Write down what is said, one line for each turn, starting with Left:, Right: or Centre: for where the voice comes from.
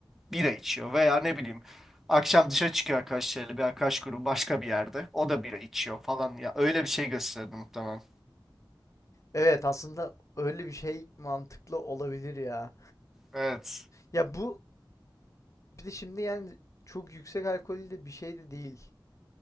Centre: bira içiyor veya ne bileyim akşam dışarı çıkıyor arkadaşlarıyla bir arkadaş grubu başka bir yerde o da bira içiyor falan ya öyle bir şey gösterdi muhtemelen.
Left: evet aslında öyle bir şey mantıklı olabilir ya.
Centre: Evet.
Left: Ya bu bir de şimdi yani çok yüksek alkollü de bir şey de değil.